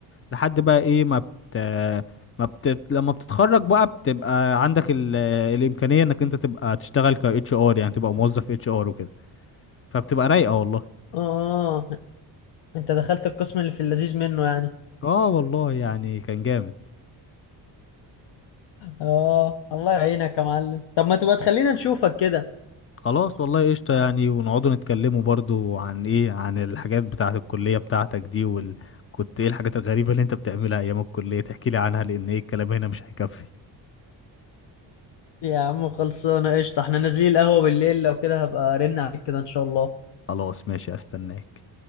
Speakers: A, on the left; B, on the left.
A: لحد بقى ايه ما بت ما بت... لما بتتخرج بقى بتبقى عندك ال... الامكانية انك انت تبقى تشتغل ك اتش ار يعني تبقى موظف اتش ار وكده فبتبقى رايقة والله
B: اه انت دخلت القسم اللي في اللذيذ منه يعني
A: اه والله يعني كان جامد
B: اه الله يعينك يا معلم طب ما تبقى تخلينا نشوفك كده
A: خلاص والله قشطة يعني ونقعدوا نتكلموا برضو عن ايه عن الحاجات بتاعة الكلية بتاعتك دي وال... كنت ايه الحاجات الغريبة اللي انت بتعملها ايام الكلية تحكي لي عنها لان ايه الكلام هنا مش هيكفي
B: يا عم خلصانة قشطة احنا نازلين القهوة بالليل لو كده هبقى ارن عليك كده ان شاء الله
A: خلاص ماشي استناك